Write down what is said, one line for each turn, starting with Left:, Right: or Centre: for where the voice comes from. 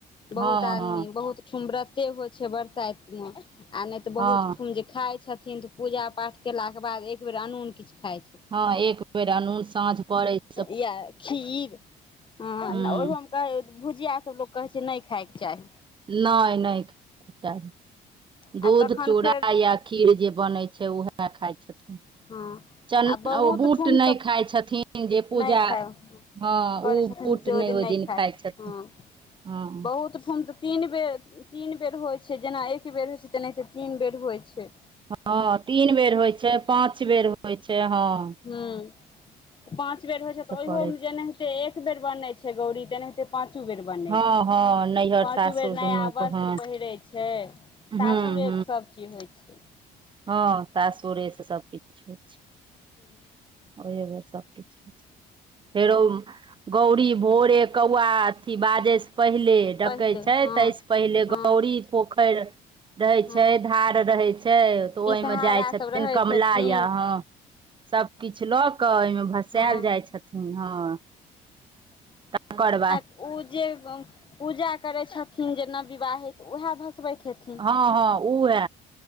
Left: बहुत
Right: हँ
Left: आदमी
Right: हँ
Left: बहुत। बहुत ठुम होइ छैय बरसाइत मे आ नै त
Right: हँ
Left: बहुत ठम जे खाइ छथिन। पूजा पाठ केला के बाद एक बेर अनून किछ खाइ छैय।
Right: हं एक बेर अनून सांझ पड़ैत।
Left: या खीर हं
Right: हूँ
Left: ओहिओ मे। <unintelligible> भुजिया सब लोक कहै छैय नै खााइ के चाही।
Right: नै नै खाइ के चाही
Left: आ
Right: दूध
Left: तखन
Right: चूड़ा
Left: फेर
Right: या। खीर जे बनैय छैय उहे खाइ छथिन।
Left: हं
Right: चन
Left: आ बहुत
Right: ओ बूट
Left: ठुम
Right: नहि
Left: त
Right: खाइ छथिन जे पूजा
Left: नै खाइब।
Right: हँ
Left: करैय
Right: ओ
Left: छथिन
Right: बूट
Left: से
Right: नहि
Left: ओ दिन
Right: ओहि
Left: नै खाइत
Right: खाइ छथिन
Left: हं
Right: हँ
Left: बहुत ठुन त। तीन बेर तीन बेर होइ छैय जेना एक बेर होइ छैय तेनाहिते तीन बेर होइ छैय।
Right: हं तीन बेर होइ छैय पाँच बेर होइ छैय हं।
Left: हं पाँच बेर होइ छैय त ओहियो
Right: करै
Left: मे
Right: छै
Left: जेने। हिते एक बेर बनैय छैय गौरी तेनाहिेते पाँचो बेर। बनैय
Right: हँ
Left: छैय
Right: हँ नैहर
Left: पाँचो
Right: सासुर
Left: बेर नया
Right: दुनू
Left: वस्त्र
Right: के हँ
Left: पहिरै छैय।
Right: हूँ
Left: सासुरे के सब चीज होइ छैय।
Right: हं सासुरे से सब किछ होइ छैय।
Left: हूं <inaudible>
Right: ओहे बेर सब किछु होइ छैय फेरो गौरी। भोरे कौआ अथी बाजेैय स पहिले। डकैय
Left: पहिले
Right: छैय
Left: हँ
Right: तै सऽ पहिले
Left: हँ
Right: गौरी पोखरि। रहै
Left: हँ
Right: छैय धार रहैय छैय त
Left: बिषहारा
Right: ओइमे जाइ छथिन
Left: सब रहैत
Right: कमला
Left: हेथिन
Right: याहां। हं सभ किछ ल क अहिमे। भसैल
Left: हँ
Right: जाइ छथिन हं तकर बाद।
Left: उ जे गं पूजा करैय छथिन जे नव विवाहित उएह भसबैत हेथिनह
Right: हँ हँ उहे,